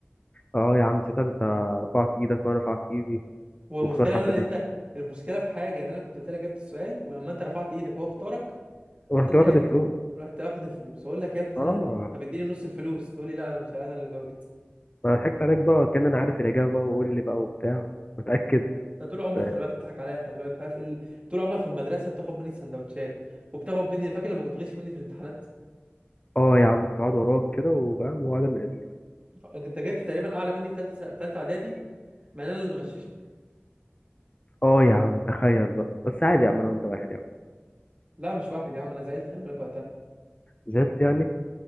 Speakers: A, on the left (about 30°); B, on the right (about 30°).
A: اه يا عم شتا انت رفعت ايدك وانا رفعت ايدي
B: والمشكله
A: واختار حد
B: ان انا
A: غيرنا
B: انت المشكله في حاجه ان انا كنت قلت لك جبت السؤال ولما انت رفعت ايدك وهو اختارك
A: ورحت
B: رحت انت
A: واخد
B: ايه اللي
A: الفلوس
B: رحت واخد الفلوس اقول لك يا ابني
A: اه
B: انا اللي ايه طب اديني نص الفلوس تقول لي لا انا مش انا اللي جاوبت
A: ما أنا ضحكت عليك بقى كان انا عارف الاجابه وقول لي بقى وبتاع متاكد
B: ده طول عمرك
A: بس
B: خلي بالك بتضحك عليا خلي بالك مش عارف ايه ال- طول عمرك في المدرسه بتاخد مني السندوتشات وبتاخد مني فاكر لما كنت تغش مني في الامتحانات
A: اه يا عم كنت قاعد وراك كده وفاهم وقعد ال-
B: آه، انت جبت تقريبا اعلى مني في ثالثه س... ثالثه اعدادي مع ان انا اللي مغششك
A: اه يا عم تخيل بقى بس عادي يا عم انا وانت واحد يا عم
B: لا مش واحد يا عم انا زعلت خلي بالك وقتها
A: زعلت يعني